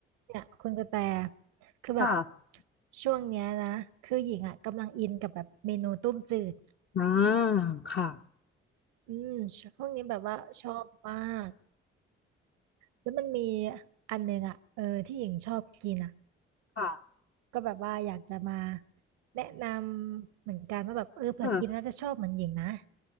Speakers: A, on the right; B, on the left.
A: เนี่ยคุณกระแตคือแบบ
B: ค่ะ
A: ช่วงเนี้ยนะคือหญิงอ่ะกำลังอินกับแบบเมนูต้มจืด
B: อ่าค่ะ
A: อืมช่วงนี้แบบว่าชอบมากแล้วมันมีอันหนึงอ่ะเออที่หญิงชอบกินอ่ะ
B: ค่ะ
A: ก็แบบว่าอยากจะมาแนะนำเหมือนกันว่าแบบเออเผื่อกินแล้วจะชอบเหมือนหญิงนะ
B: ค่ะ